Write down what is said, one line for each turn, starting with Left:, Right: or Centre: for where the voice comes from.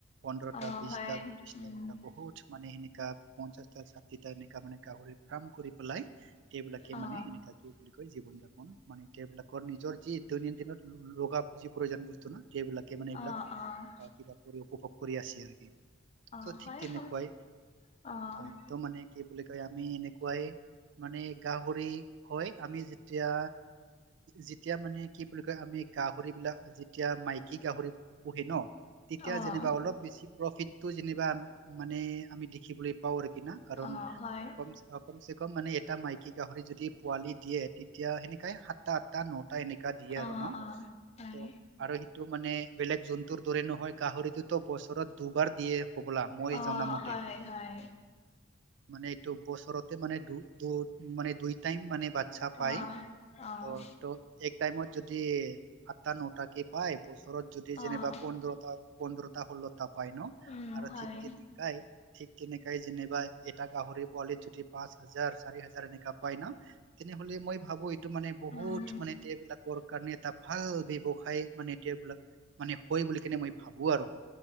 Right: পোন্ধৰটা
Left: অ
Right: বিশটা
Left: হয়
Right: ত্ৰিশটা
Left: উম
Right: এনেকা বহুত মানে সেনেকা পঞ্চাশটা ষাঠিটা মানে গাহৰি ফাৰ্ম কৰি পেলাই, সেইবিলাকে
Left: অ
Right: মানে এনেকা কি বুলি কৈ জীৱন যাপন মানে এতিয়া এইবিলাকৰ নিজৰ যি দৈনন্দিনত লগা যি প্ৰয়োজন বস্তু ন। সেইবিলাকে মানে এইবিলাক
Left: অ', অ',
Right: আহ কিবা উপভোগ কৰি আছে আৰু কি
Left: অহ
Right: চ'
Left: হয়
Right: ঠিক তেনেকুৱাই
Left: হয় অ',
Right: হয় তো মানে কি বুলি কয় আমি এনেকুৱাই মানে গাহৰি হয় আমি যেতিয়া যেতিয়া মানে কি বুলি কয় আমি গাহৰি বিলাক যেতিয়া মাইকী গাহৰি পুহে ন তেতিয়া
Left: অ',
Right: যেনিবা অলপ বেছি প্ৰফিতটো যেনিবা মানে আমি দেখিবলৈ পাও কিনা কাৰণ
Left: অ', হয়,
Right: কম কম চে কম মানে এটা মাইকী গাহৰি যদি পোৱালি দিয়ে তেতিয়া সেনেকাই সাতটা আঠটা নট টা এনেকা দিয়ে
Left: অ',
Right: আৰু ন
Left: অ', হয়,
Right: ত আৰু সেইটো মানে বেলেগ জন্তুৰ দৰে নহয় গাহৰিটোতো বছৰত দুবাৰ দিয়ে হ'বলা মই
Left: অ',
Right: জনামতে
Left: হয়, হয়,
Right: মানে এইটো বছৰতে মানে দু দু মানে দুই টাইম মানে বা ছা পায়
Left: অ', অ',
Right: ত ত এক টাইমত যদি আঠটা নটা কে পায় বছৰত যদি যেনিবা
Left: অ',
Right: পোন্ধৰটা পোন্ধৰটা ষোল পাই ন
Left: উম,
Right: আৰু
Left: হয়,
Right: ঠিক তেনেকাই ঠিক তেনেকাই যেনিবা এটা গাহৰি পোৱালি যদি পা পাঁচ হাজাৰ চাৰি হাজাৰ এনেকা পাই ন তেনেহলে মই ভাবো মানে বহুত
Left: উম,
Right: মানে এইবিলাকৰ কাৰণে এটা ভাল ব্যৱসায় খাই মানে এতিয়া এইবিলাক মানে হয় বুলি কেনে মই ভাবো আৰু